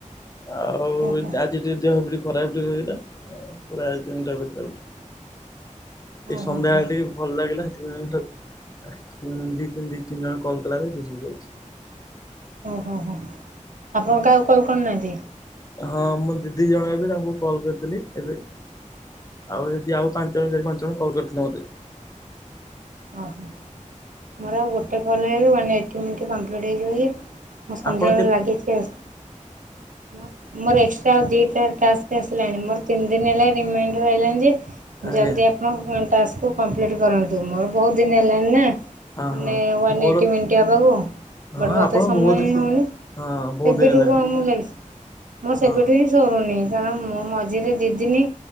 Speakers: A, on the left (about 25°); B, on the right (about 75°).
A: ଆଉ
B: ଓହୋ
A: ଆଜି ଟିକେ ଦେହ ବି ଟିକେ ଖରାପ ଟିକେ ହେଇଗିଲା ପୁରା ଆଜି ତିନିଟା ଭିତ ଏଇ
B: ଓହୋ
A: ସନ୍ଧ୍ୟାବେଳେ
B: ହୋ
A: ଟିକେ ଭଲ ଲାଗିଲା ସେଥିପାଇଁ <unintelligible> ଦି ତିନି ଜଣ କଲ କଲାଯେ ରିସିଭ କରୁଛି।
B: ଓହୋ ହୋ ଆପଣଙ୍କ କାହାକୁ କଲ୍ କରୁ ନାହାନ୍ତି?
A: ହଁ ମୁଁ ଦିଦି ଜଣ ଏବେ ତାଙ୍କୁ କଲ୍ କରିଥିଲି ଏବେ। ଆଉ ଯଦି ଆଉ ପାଞ୍ଚ ଜଣ ଚାରି ପାଞ୍ଚ ଜଣ କଲ କରିଥିଲା ମତେ।
B: ଓହୋ ମୋର ଆଉ ଗୋଟେ କଲ୍ ହେଲେ ୱାନ୍ ଏଇଟି ମିଣ୍ଟି କମ୍ପ୍ଲିଟ୍ ହେଇଯିବ ଯେ ମୁଁ ସନ୍ଧ୍ୟାବେଳ
A: ଆପଣ କେତେ
B: ଲାଗିଛି ଆଉ ମୋ ମୋର ଏକ୍ସଟ୍ରା ଆଉ ଦିଟା ଟାସ୍ ଆସିଲାଣି ମୋର ତିନି ଦିନ ହେଲା ରିମାଇଣ୍ଡର ଆଇଲାଣି ଯେ
A: ଆଜ୍ଞା
B: ଜଲିଦି ଆ ଆପଣ ଫୋନ ଟାସ୍କକୁ କମ୍ପ୍ଲିଟ କରନ୍ତୁ ମୋର ବହୁତ ଦିନ ହେଲାଣିିନା।
A: ହଁ
B: ମାନେ
A: ହଁ
B: ୱନ
A: ମୋର
B: ଏଇଟି ମିନିଟ ହବାକୁ।
A: ହଁ
B: ବଟ୍ ମତେ
A: ଆପଣ
B: ସମୟ
A: ବହୁତ ସେ
B: ହଉନି
A: ହଁ ବହୁତ
B: ସେବେଠୁ
A: ଦିନ ହେଲାଣି
B: କଣ ମୁଁ ଲାଗିଚ ମୋର
A: ହଁ
B: ସେବେଠୁ ହିଁ ସରୁନି କାରଣ ମୁଁ ମଝିରେ ଦିଦିନି